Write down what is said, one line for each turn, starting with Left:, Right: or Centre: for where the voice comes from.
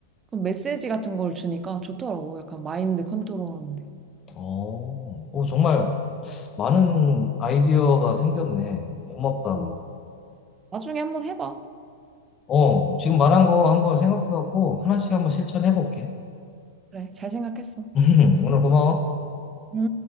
Right: 그런 메시지 같은 걸 주니까 좋더라고. 약간 마인드 컨트롤 하는데.
Left: 어, 어, 정말 많은 아이디어가 생겼네. 고맙다.
Right: 어, 나중에 한번 해봐.
Left: 어, 지금 말한 거 한번 생각해갖고 하나씩 한번 실천해볼게.
Right: 그래, 잘 생각했어.
Left: <laughs> 오늘 고마워.
Right: 응?